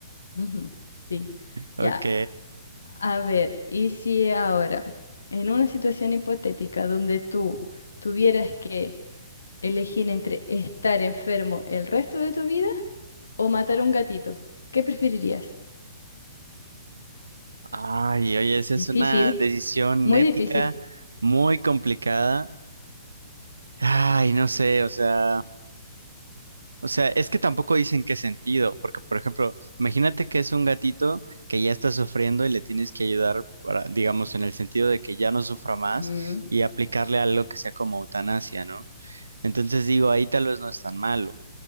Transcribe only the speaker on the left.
Ujú, sí,
ya. A ver, y si ahora, en una situación hipotética donde tú tuvieras que elegir entre estar enfermo el resto de tu vida o matar a un gatito, ¿qué preferirías?
Difícil,
muy
difícil.
Ujú,